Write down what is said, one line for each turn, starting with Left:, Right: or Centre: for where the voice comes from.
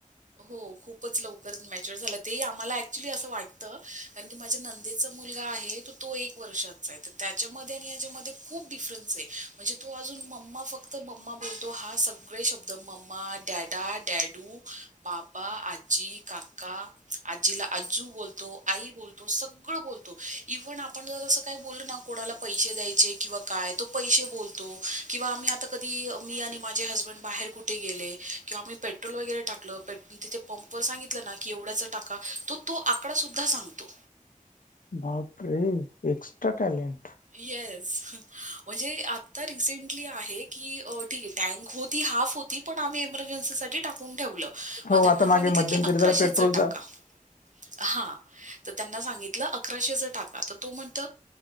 Right: हो खूपच लवकरच मॅच्युर झाला ते आम्हाला ऍक्च्युली असं वाटतं कारण की माझ्या नंतर मुलगा आहे तो एक वर्षाचा आहे त्याच्यामध्ये आणि यामध्ये खूप डिफरन्स आहे म्हणजे तो अजून मम्मा फक्त मम्मा बोलतो हा सगळे शब्द मम्मा डॅडा डॅडू बाबा आजी काका आजीला आजू बोलतो आई बोलतो सगळ बतो इव्हन आपण जर अस काही बोलल ना कोणाला पैसे द्यायचे किंवा काय तो पै बोलतो किंवा आम्ही आता कधी मी आणि माझे हसबंड बाहेर कुठे गेले किंवा आम्हीट वगैर टाकलं मी तिथे पंपर सांगितलं ना की एवढ्याचा टाका तो तो आका सुद्धा सांगतो
Left: बापरे एक्स्ट्रा टॅलेंट
Right: येस म्हणजे आता रिसेंटली आहे की ठीक आहे टँक होती हाफ होती पण आम्ही इमर्जन्ीसाठी टाकून ठेवलं मग
Left: हो
Right: त्यांना
Left: आता
Right: सांगितलं
Left: मागे मध्यंतरी
Right: की अकराशेच
Left: जरा पेट्रोलचा
Right: टाका हा तर त्यांना सांगितलं अकराशेचा टाका तर तो म्हणत